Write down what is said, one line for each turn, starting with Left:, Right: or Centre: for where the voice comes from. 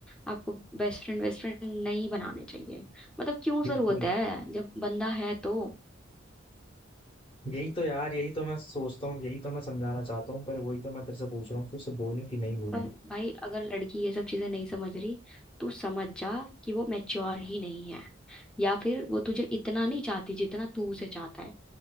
Centre: आपको बेस्ट फ्रेंड बेस्ट फ्रेंड नहीं बनाने चाहिए मतलब क्यों
Left: बिल्कुल
Centre: जरूरत है जब बंदा है तो
Left: यही तो यार यही तो मैं सोचता हूँ यही तो मैं समझाना चाहता हूँ पर वही तो मैं तेरे से पूछ रहा हूँ कि उसे बोलूं कि नहीं बोलूं
Centre: पर भाई अगर लड़की ये सब चीजें नहीं समझ रही तो समझ जा कि वो मैच्योर ही नहीं है या फिर वो तुझे इतना नहीं चाहती जितना तू उसे चाहता है